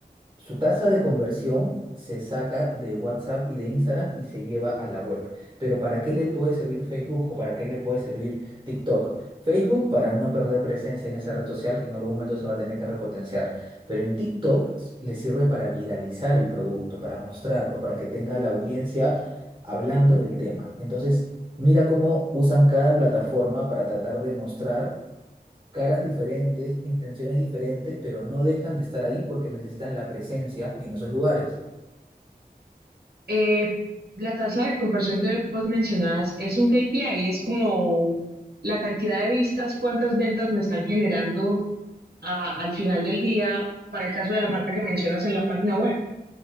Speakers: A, on the right; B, on the right.
A: su tasa de conversión se saca de WhatsApp y de Instagram y se lleva a la web. Pero ¿para qué le puede servir Facebook o para qué le puede servir TikTok? Facebook para no perder presencia en esa red social que en algún momento se va a tener que repotenciar. Pero en TikTok s- le sirve para viralizar el producto, para mostrarlo, para que tenga la audiencia hablando del tema. Entonces, mira cómo usan cada plataforma para tratar de mostrar caras diferentes, intenciones diferentes, pero no dejan de estar ahí porque necesitan la presencia en esos lugares.
B: Eh, la tasa de conversión que vos mencionás es un KPI, es como la cantidad de vistas, cuántas ventas me están generando a- al final del día, para el caso de la marca que mencionas en la página web.